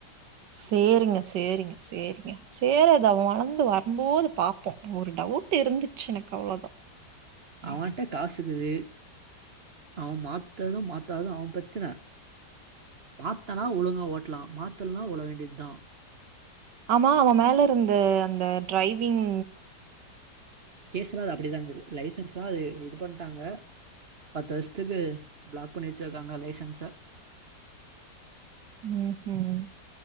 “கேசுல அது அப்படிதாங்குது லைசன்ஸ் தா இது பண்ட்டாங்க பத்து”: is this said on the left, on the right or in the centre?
Right